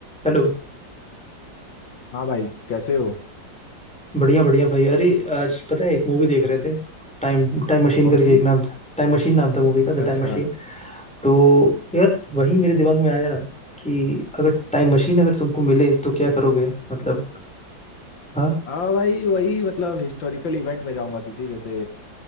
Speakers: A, in the centre; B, on the left (about 80°).
A: Hello
B: हाँ भाई कैसे हो
A: बढ़िया बढ़िया भाई अरे आज पता है एक मूवी देख रहे थे टाइम टाइम मशीन
B: हाँ, कौन
A: करके
B: सी
A: एक नाम था टाइम मशीन नाम था मूवी का
B: अच्छा
A: द टाइम
B: अच्छा
A: मशीन तो यार वही मेरे दिमाग में आया कि अगर टाइम मशीन अगर तुमको मिले तो क्या करोगे मतलब हाँ
B: हाँ भाई वही मतलब हिस्टोरिकल इवेंट में जाऊंगा किसी जैसे